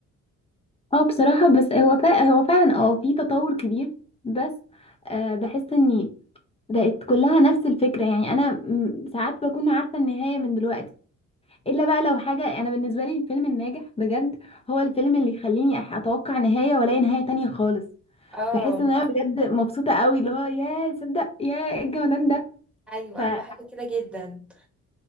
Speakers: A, on the left; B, in the centre.
A: اه بصراحة بس هو فا... هو فعلا اه في تطور كبير بس آه بحس اني بقت كلها نفس الفكرة يعني أنا م- ساعات بكون عارفة النهاية من دلوقتي إلا بقى لو حاجة أنا بالنسبة لي الفيلم الناجح بجد هو الفيلم اللي يخليني أح- أتوقع نهاية وألاقي نهاية تانية خالص
B: اه
A: بحس إن أنا بجد مبسوطة قوي اللي هو يا صدق يا إيه الجمدان ده
B: ايوه
A: فبس
B: انا بحب كده جدا